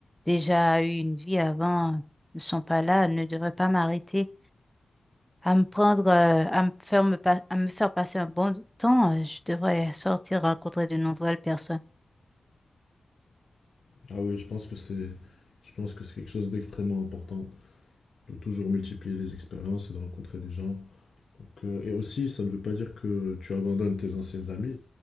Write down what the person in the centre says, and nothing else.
déjà eu une vie avant euh, ne sont pas là, ne devraient pas m'arrêter à me prendre, euh, à me faire me pa- à me faire passer un bon temps. euh, je devrais sortir rencontrer de nouvelles personnes.